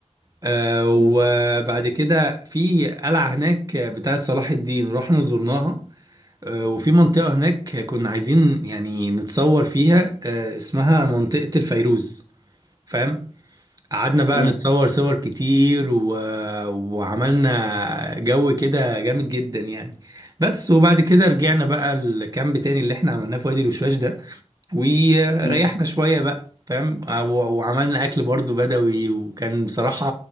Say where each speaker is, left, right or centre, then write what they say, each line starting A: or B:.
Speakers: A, on the right; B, on the left.
A: آه، وبعد
B: مم.
A: كده في قلعة هناك بتاعة صلاح الدين رحنا زرناها آه، وفي منطقة هناك كنا عايزين يعني نتصور فيها آه، اسمها منطقة الفيروز فاهم قعدنا بقى
B: مم.
A: نتصور صور كتير و... وعملنا جو كده جامد جدا يعني بس وبعد كده رجعنا بقى الكامب تاني اللي احنا عملناه في وادي الوشواش ده وريحنا
B: مم.
A: شوية بقى فاهم آه، و- وعملنا اكل برضو بدوي وكان بصراحة